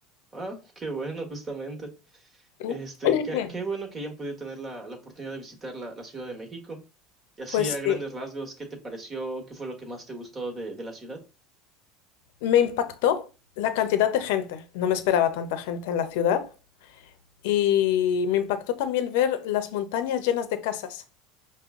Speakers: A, on the right; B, on the left.
A: ah, qué bueno, justamente.
B: <coughs>
A: Este,
B: <clears throat>
A: qué, qué bueno que hayan podido tener la, la oportunidad de visitar la, la Ciudad de México. Y así,
B: Pues
A: a grandes
B: sí,
A: rasgos, ¿qué te pareció? ¿Qué fue lo que más te gustó de, de la ciudad?
B: me impactó la cantidad de gente. No me esperaba tanta gente en la ciudad. Y me impactó también ver las montañas llenas de casas.